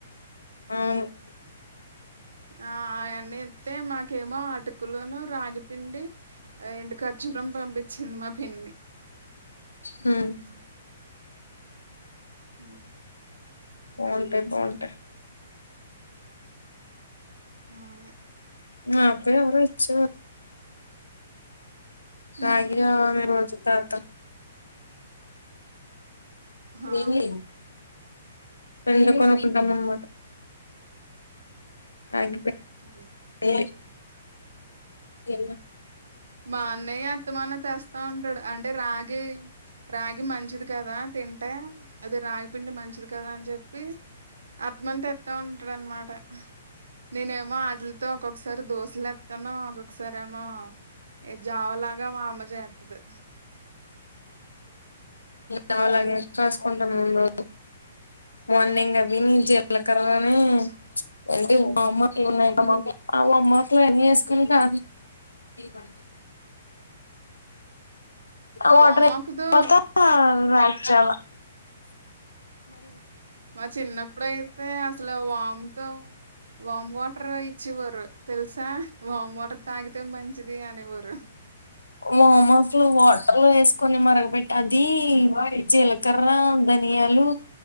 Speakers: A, on the left; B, on the right.
A: అవును
B: ఆ ఆ అయన్నెతే మాకేమో అటుకులును రాగిపిండి. ఏండూ ఖజూరం పంపించింది మా పిన్ని
A: ఉ
B: హ్మ్. ఉ
A: బావుంటై బావుంటై
B: అయ్
A: నాకూ ఎవరో ఇచ్చారు.
B: హుహు.
A: తాగి రావడమే మీరు వచ్చిన తరువాత
B: ఆ
A: ఏందో, ఏమో పెన్ను కొనుకుంటామమ్మా. థాంక్యూ
B: అ
A: ఎ ఐ
B: మా అన్నయ్య అస్తమానం తెస్తా ఉంటాడు. అంటే రాగి రాగి మంచిది కదా తింటే అది రాగిపిండి మంచిది కదా అని చెప్పి అందుకని తెత్తా ఉంటాడు అన్నమాట. నేనేమో వాటిలతో ఒక్కొక్కసారి దోశలు వేస్తాను ఒక్కొక్కసారి ఏమో జావలాగా మా అమ్మ చేస్తాది.
A: దానిలాగా కాసుకుంటా ముందు మార్నింగ్ అవి న జీలకర్ర ను వామ అంటే ఏమున్నాయి ఇంక మాకు ఆ వ మొక్కలు ఏంచేసుకొనేకి. ఆ వాటర్
B: వామాకుతో
A: కె మొత్తం రాగిజావ
B: మా చిన్నప్పుడు అయితే అసలు వామ్ తో వామ్ వాటర్ ఇచ్చేవారు తెలుసా వామ్ వాట ర్ ట తాగితే మంచిది అనేవారు.
A: వామ వాటర్
B: ఉమ్.
A: లో వాటర్లో వేసి కొన్ని మరగబెట్టి అది వాడి జీలకర్ర, ధనియాలు.